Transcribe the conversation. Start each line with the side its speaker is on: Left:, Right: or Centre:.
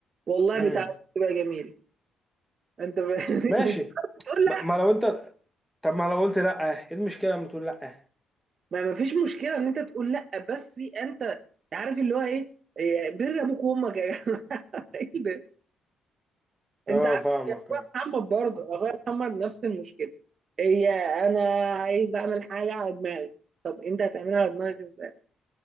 Right: والله
Centre: امم
Right: بتعدي بتبقى جميله انت ب... <laughs>
Centre: ماشي
Right: مش تقول
Centre: ما ما لو انت طب ما لو قلت لا ايه المشكله لما تقول لا
Right: ما ما فيش مشكله ان انت تقول لا بس انت عارف اللي هو ايه إيه، بر ابوك وامك يا جماعه <laughs> ايه ده انت
Centre: اه
Right: عارف
Centre: فاهمك
Right: يا اخويا
Centre: اه
Right: محمد برضه اخويا محمد نفس المشكله هي انا عايز اعمل حاجه على دماغي طب انت هتعملها على دماغك ازاي